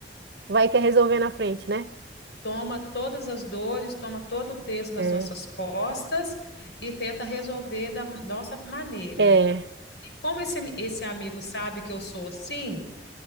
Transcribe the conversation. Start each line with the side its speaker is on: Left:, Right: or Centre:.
Right: vai quer resolver na frente, né?
Left: toma todas as dores, toma todo o peso nas
Right: É,
Left: nossas costas e tenta resolver da nossa maneira.
Right: é,
Left: E como esse, esse amigo sabe que eu sou assim,